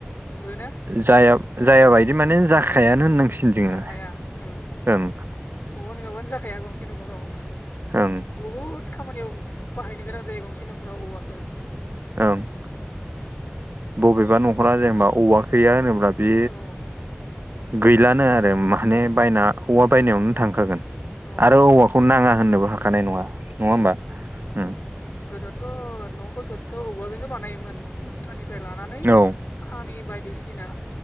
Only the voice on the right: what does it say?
जाया जायााबायदि माने जाखायानो होननांसिगोन जोङो
ओं
ओं
ओम बबेबा न'खरा जेनेबा औवा गैया होनोब्ला बे
गैलानो आरो माने बायना औवा
बायनायावनो थांखागोन
आरो औवाखौ नाङा होननोबो हाखानाय नङा नङा होमबा ओम
औ